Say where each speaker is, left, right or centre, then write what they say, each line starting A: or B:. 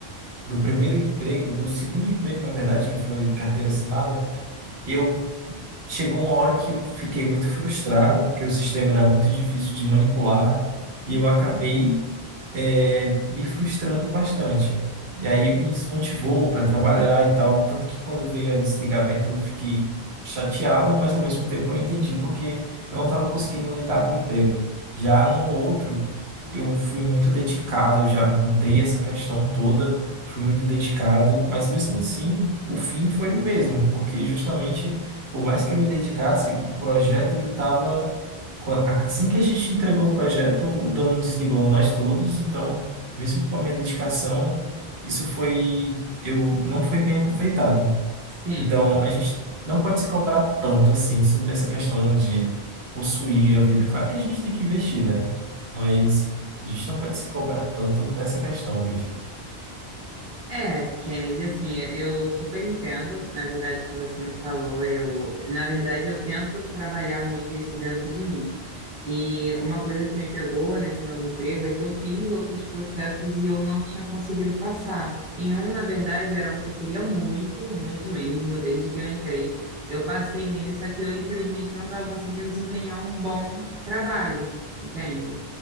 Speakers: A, on the right; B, on the right.
A: do primeiro emprego, do segundo emprego, na verdade, que foi carteira assinada, eu chegou uma hora que eu fiquei muito frustrado, porque o sistema era muito difícil de manipular, e eu acabei é, me frustrando bastante. E aí me desmotivou para trabalhar e tal. Tanto que quando veio o desligamento eu fiquei chateado, mas ao mesmo tempo eu entendi porque eu não estava conseguindo lidar com o emprego. Já no outro, eu fui muito dedicado, eu já mudei essa questão toda, fui muito dedicado, mas mesmo assim o fim foi o mesmo, porque justamente por mais que eu me dedicasse, o projeto ele estava qua- Assim que a gente entregou o projeto, o dono desligou nós todos, então, mesmo com a minha dedicação, isso foi, eu não foi bem aproveitado.
B: Sim.
A: Então, a gente não pode se cobrar tanto assim sobre essa questão de possuir a vida. Claro que a gente tem que investir, né? Mas a gente não pode se cobrar tanto dessa questão, Luigi.
B: É, Kennedy, assim, eu eu super entendo, na verdade, o que você me falou. Eu, na verdade, eu tento trabalhar muito isso dentro de mim. E uma coisa que me pegou nesse novo emprego é que eu fiz outros processos e eu não tinha conseguido passar. Em um, na verdade, era um que eu queria muito, muito mesmo, desde que eu entrei. Eu passei nele, só que eu, infelizmente, não estava conseguindo desempenhar um bom trabalho, entende?